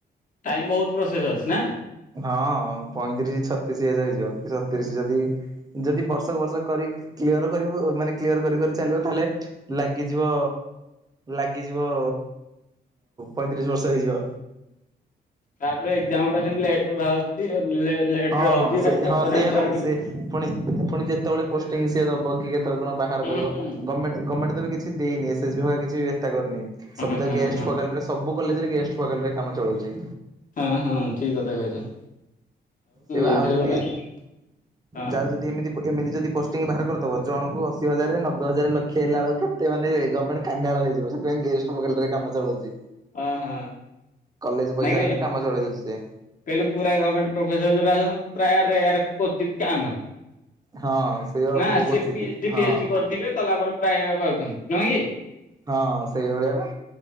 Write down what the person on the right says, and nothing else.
ହଁ ପଇଁତିରିଶ ଛତିଶ ହଜାର ହେଇଯିବ। କି ଛତିରିଶ ଯଦି ଯଦି ବର୍ଷକୁ ବର୍ଷ କରି କ୍ଲିୟର କରିବ ମାନେ କ୍ଲିୟର କରି କରି ଚାଲିବ ତାହେଲେ ଲାଗିଯିବ, ଲାଗିଯିବ ପଇଁତିରିଶ ବର୍ଷ ହେଇଯିବ।
ହଁ
ହଁ ସେ
ହଁ ସେଇଆ
ବା ସେ ପୁଣି ପୁଣି ଯେତେବେଳେ ପୋଷ୍ଟିଂ ସିଏ ଦବ କି କେତେବେଳେ କଣ ବାହାର
କରିବ
ଗମେଟ୍ ଗବମେଟ୍ କିଛି ଦେଇନି ଏ ସ ବି କିଛି ଏଥା କରିନି
ସବୁ ତ
ଗେଷ୍ଟ
ଫଗଲ ଦେ ସବୁ କଲେଜରେ ଗେଷ୍ଟ ଫଗଲରେ କାମ ଚଳାଉଛି।
ତବେ
ଆଉ ଯଦି
ଯାଉ ଯଦି ଏମିତି ଏମିତି ଯଦି ପୋଷ୍ଟିଂ ବାହାର କରିଦବ ଜଣକୁ ଅଶୀ ହଜାରରେ, ନବେ ହଜାର, ଲକ୍ଷ ହେଲା ବେଳକୁ କେତେ ମାନେ ଗମେଣ୍ଟ କାଙ୍ଗାଳ ହେଇଯିବ। ସେଥିପାଇ ଗେଷ୍ଟ ଫଗଲରେ କାମ ଚଳଉଛି।
କଲେଜ ପଇସାରେ
ହିଁ କାମ ଚଳେଇ ଦଉଛି ସିଏ।
ହଁ ସେ ଆଉ
କୋଉ
କୋଚିତି
ହଁ
ହଁ ସେଇଭଳିଆ ବା